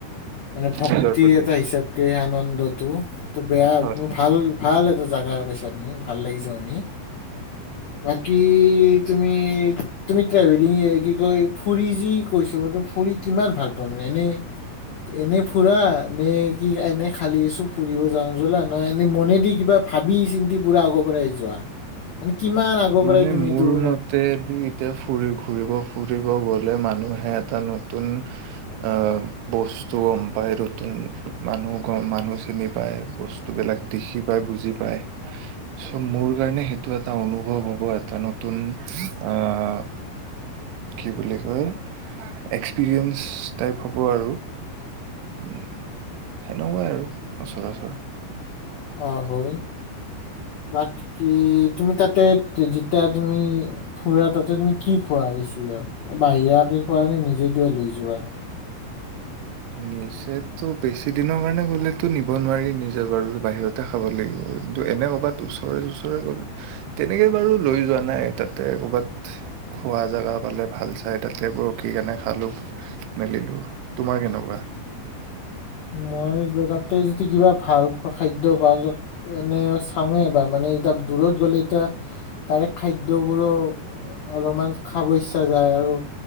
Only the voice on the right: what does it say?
নিজৰ প্ৰতি
হয়
মানে
মোৰ
মতেদি এতিয়া ফুৰি ঘূৰিব ফুৰিব গ'লে মানুহে এটা নতুন অহ' বস্তু গম পাই নতুন মানুহ গম মানুহ চিনি পায় বস্তুবিলাক দেখি পায় বুজি পায় চ' মোৰ কাৰণে সেইটো এটা অনুভ অ হ'ব এটা নতুন অহ' কি বুলি কয় এক্সপিৰিয়েঞ্চ টাইপ হ'ব আৰু উম সেনেকুৱাই আৰু সচৰাচৰ
নিজেতো বেছি দিনৰ কাৰণে গলেতো নিব নোৱাৰি নিজে বাৰু বাহিৰতে খাব লাগিব। কিন্তু এনে ক'ৰবাত ওচৰে চোচৰে গ'লে তেনেকে বাৰু লৈ যোৱা নাই তাতে কৰবাত খোৱা জেগা পালে ভাল চাই তাতেব ৰখি কেনে খালো মেলিলো। তোমাৰ কেনেকুৱা? ৱাহ।